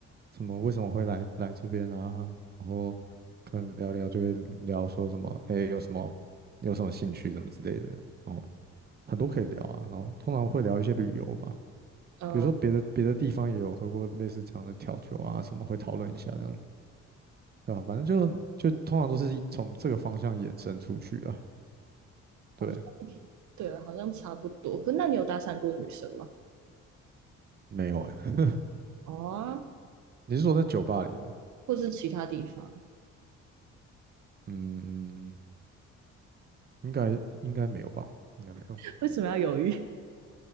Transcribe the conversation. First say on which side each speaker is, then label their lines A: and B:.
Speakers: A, on the right; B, on the right.
A: 什么为什么会来来这边啊，然后可能聊聊就会聊说什么，哎，有什么有什么兴趣什么之类的，然后很多可以聊啊，然后通常会聊一些旅游吧，
B: 嗯、
A: 比如说别的别的地方也有喝过类似这样的调酒啊，什么会讨论一下这样，对吧、反正就就通常都是从这个方向衍生出去啊，对，
B: 好，像，对啊，好像差不多。可那你有搭讪过女生吗？
A: 没有哎、
B: 哦啊，
A: 你是说在酒吧里吗？
B: 或是其他地方？
A: 嗯，应该应该没有吧，应该没有。
B: <laughs> 为什么要犹豫？